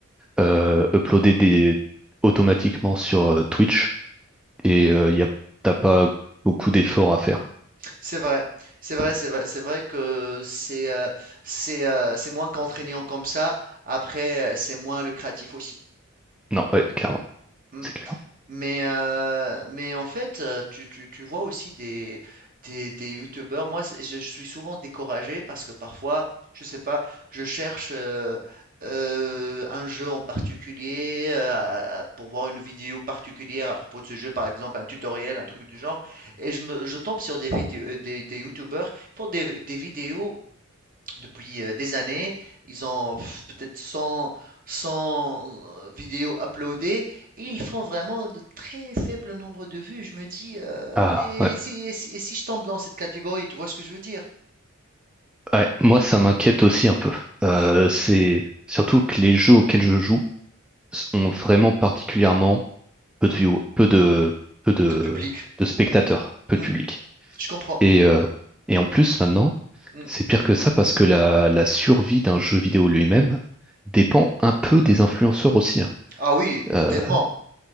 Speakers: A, in the centre; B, on the right.
A: euh, uploadées des- automatiquement sur euh, Twitch, et euh, y a, t'as pas beaucoup d'efforts à faire.
B: C'est vrai, c'est vrai, c'est vrai, c'est vrai que c'est euh, c'est euh, c'est moins contraignant comme ça. Après, euh, c'est moins lucratif aussi.
A: Non, ouais, clairement,
B: Mm.
A: c'est clair.
B: Mais, euh, mais en fait, euh, tu, tu, tu vois aussi des, des, des youtubeurs. Moi, c'est- je, je suis souvent découragé parce que parfois, je sais pas, je cherche euh, euh, un jeu en particulier euh, à- à- pour voir une vidéo particulière à propos de ce jeu, par exemple un tutoriel, un truc du genre, et je, me, je tombe sur des vidéos, des, des youtubeurs qui font des, des vidéos depuis euh, des années. Ils ont pff, peut-être cent cent euh, vidéos uploadées et ils font vraiment de très faibles nombres de vues. Je me dis, euh,
A: Ah
B: et
A: ouais.
B: si, et si- et si je tombe dans cette catégorie, tu vois ce que je veux dire?
A: Ouais, moi ça m'inquiète aussi un peu. Euh,
B: Hmm,
A: c'est surtout que les jeux auxquels je joue s- ont vraiment particulièrement peu de view, peu de peu de,
B: peu de public.
A: de spectateurs, peu
B: Hmm,
A: de public.
B: je comprends.
A: Et euh, et en plus maintenant,
B: Hmm.
A: c'est pire que ça parce que la la survie d'un jeu vidéo lui-même dépend un peu des influenceurs aussi. hein.
B: Ah oui,
A: Euh,
B: tellement.